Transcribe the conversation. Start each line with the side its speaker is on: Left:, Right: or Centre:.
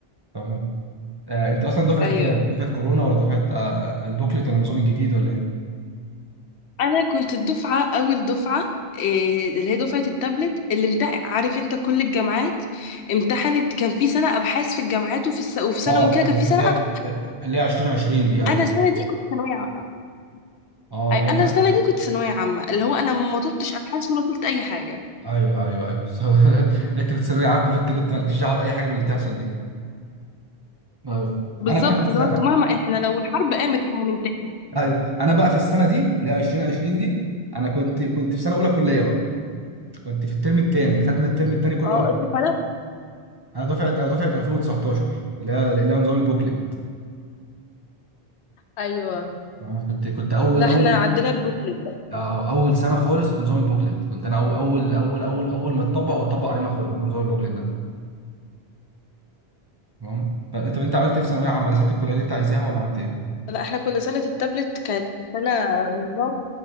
Right: فاهم آه انت اصلا دفعه
Left: ايوه
Right: كام دفعه كورونا ولا دفعه آه البوكلت ولا النظام الجديد ولا ايه
Left: انا كنت الدفعه اول دفعه إيه، اللي هي دفعه التابلت اللي امتحن عارف انت كل الجامعات امتحنت كان في سنه ابحاث في الجامعات وفي الس... وفي ثانوي
Right: اه
Left: وكده
Right: ايوه
Left: كان في سنه
Right: اللي هي
Left: أب-
Right: اللي هي 2020 دي ايوه
Left: انا السنه دي كنت ثانويه عامه
Right: اه
Left: أي-
Right: اللي هي
Left: انا السنه دي كنت ثانويه عامه اللي هو انا ما طلتش ابحاث ولا طلت اي حاجه
Right: ايوه ايوه ايوه بالظبط. <laughs> انت كنت ثانويه عامه فانت كنت مالكش دعوه باي حاجه من اللي بتحصل دي ايوه
Left: بالظبط
Right: انا بقى في السنه
Left: اللي هو انتوا مهما احنا لو الحرب قامت احنا هنمتحن
Right: ايوه انا بقى في السنه دي اللي هي 2020 دي انا كنت كنت في سنه اولى كليه بقى كنت في الترم الثاني خدنا الترم الثاني كله
Left: اه
Right: اول حاجه
Left: امتحانات
Right: انا دفعه انا دفعه 2019 اللي هي اللي هي نظام البوكلت
Left: ايوه
Right: فانا كنت كنت اول
Left: لا احنا
Right: اول
Left: عندنا البوكلت ده
Right: آه، اول سنه خالص في نظام البوكلت كنت انا اول اول اول اول اول ما اتطبق واتطبق علينا خالص هو نظام البوكلت ده تمام فانت طب انت عملت ايه في ثانويه عامه دخلت الكليه اللي انت عايزاها ولا عملت ايه؟
Left: لا احنا كنا سنه التابلت كانت سنه ونظام